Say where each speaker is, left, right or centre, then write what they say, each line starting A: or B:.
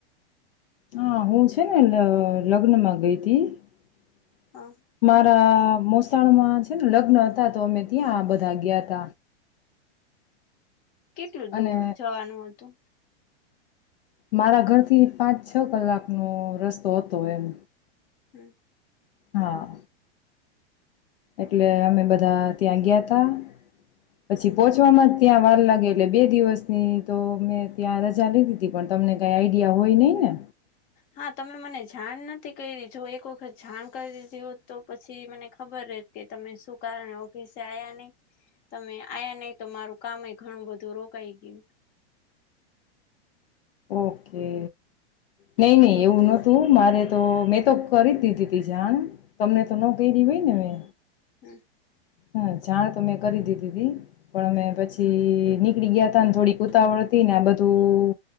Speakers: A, on the left; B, on the left.
A: હા હું છે ને લગ્નમાં ગઈ હતી <inaudible>
B: હ
A: મારા મો મોસાણમાં છે ને લગ્ન હતા તો અમે ત્યાં બધા ગયા ત
B: કેટલું
A: અને
B: દૂર જવાનું હતું
A: મારા ઘરથી પાંચ છ કલાકનો રસ્તો હતો એમ
B: <inaudible>
A: હા એટલે અમે બધા ત્યાં ગયા તા પછી પોહોચવામાં જ ત્યાં વાર લાગી એટલે બે દિવસની તો મેં ત્યાં રજા લીધી હતી પણ તમને કઈ આઈડિયા હોય નહીિ ને
B: હા તમે મને જાણ નથી કરી જો એક વખત જાણ કરી દીધી હોત તો પછી મને ખબર ર કે તમે શું કારણ ઓફિસે આ્યા નહી તમે આ્યા નહી તો મારું કામ ઘણું બધું રોકાઈ ગયું
A: ઓકે નઈ નહી એવું નોતું મારે તો મેં તો કરી દીધી તી જાણ તમને તો ન ક હોય ને મે
B: <inaudible>
A: હા જાણ તો મેં કરી દીધી તી પણ અમે પછી નીકળી ગયા તા ને થોડીક ઉતાવળ હતી ને આ બધું